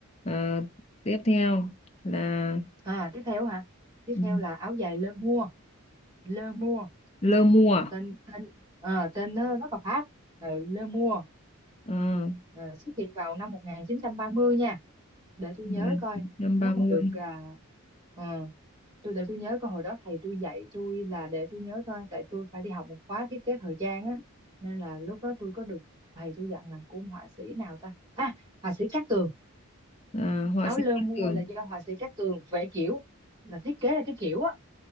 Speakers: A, on the left; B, on the right.
A: Ờ, tiếp theo là
B: à tiếp theo hả tiếp
A: ừ,
B: theo là áo dài lơ mua lơ mua
A: lơ
B: ừ.
A: mùa
B: tên tên ờ, tên nó rất là Pháp Ờ, lơ mua
A: Ờ,
B: Ờ, xuất hiện vào năm 1930 nha để tôi nhớ
A: Rồi,
B: coi
A: 930
B: nó là được à, ờ, tôi để tôi nhớ coi hồi đó thầy tôi dạy tôi là để tôi nhớ coi tại tôi phải đi học một khóa thiết kế thời trang á nên là lúc đó tôi có được thầy tôi dặn là cũng họa sĩ nào ta à họa sĩ Cát Tường
A: à, họa
B: áo
A: sĩ
B: lơ mua
A: cát tường
B: là do họa sĩ Cát Tường vẽ kiểu là thiết kế là cái kiểu á